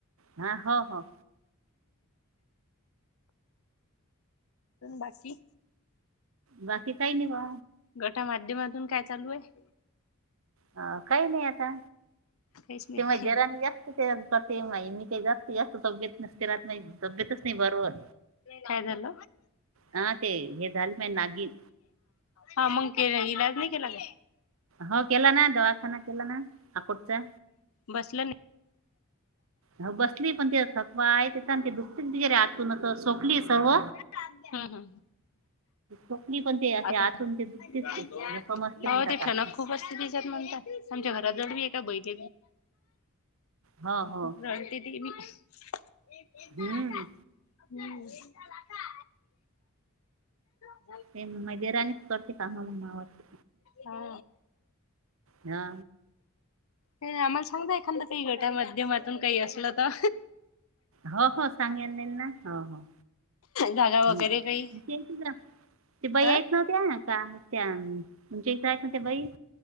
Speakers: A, on the right; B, on the left.
A: हा हो हो
B: बाकी
A: बाकी काही नाही बा
B: गटा माध्यमातून काय चालू आहे?
A: अ काही नाही आता.
B: काहीच नाही
A: ते मा जरानी जास्त ते करते मा म काही जास्त <unintelligible> तब्येत नसते राहत नाही तब्येतच नाही बरोबर
B: काय झाल?
A: हा ते हे झाली माय नागिन
B: हा मग, के इलाज नाही केला ग?
A: हो केला ना, दवाखाना केला ना, हाकोटचा
B: बसलं
A: ह, बसली पण ते थकवा आहे, ते सांधे दुखतेच वगैरे आतून सोपली सर्व
B: नाही
A: चकली पण ते असे
B: आता
A: आतून ते दुसतेच
B: हो
A: ते जपम असते म्हणतात
B: ते ठणक
A: आत <unintelligible>
B: खूप असते तिच्यात म्हणता आमच्या घरापासून जळ म ए का बैठ
A: हो
B: <unintelligible>
A: हो
B: राणते ते मी <unintelligible> दाकादाका
A: हम्म
B: <unintelligible>
A: ते मैदेरानेच करते कामा म मावत <unintelligible>
B: हा.
A: हा.
B: हे आम्हाला सांगत एखादा काही, गटा माध्यमातून काही असलं तर.
A: हो, हो, <unintelligible> सांगे न ना हो हो
B: जागा वगैरे
A: ह
B: काही
A: ते ते बाई
B: हा
A: येत नव्हत्या <unintelligible> का त्या म्हणच्या इ आहेत नात बाई <unintelligible>